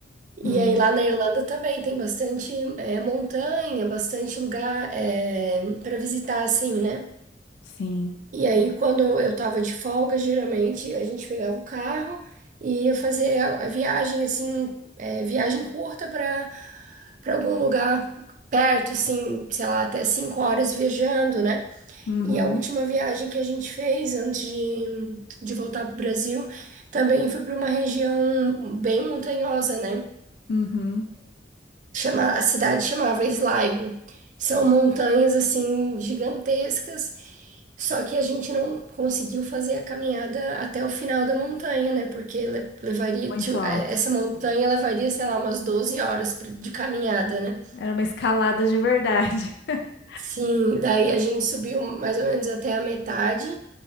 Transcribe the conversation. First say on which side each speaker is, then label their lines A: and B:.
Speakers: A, on the right; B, on the left.
A: E
B: Uhum,
A: aí lá na Irlanda também tem bastante é, montanha, bastante lugar para visitar, assim, né?
B: sim.
A: E aí, quando eu tava de folga, geralmente a gente pegava o carro e ia fazer a a viagem, assim, é, viagem curta para para algum lugar perto, assim, sei lá, até cinco horas viajando, né?
B: Uhum,
A: E a última viagem que a gente fez antes de, de voltar para o Brasil também foi para uma região bem montanhosa, né?
B: uhum.
A: Chama, a cidade chamava Islaigo. São montanhas, assim, gigantescas. Só que a gente não conseguiu fazer a caminhada até o final da montanha, né? Porque le- levaria,
B: Muito
A: tio-
B: alto.
A: eh, essa montanha levaria, sei lá, umas 12 horas pra- de caminhada, né?
B: Era uma escalada de verdade. <laughs>
A: Sim, daí a gente subiu mais ou menos até a metade,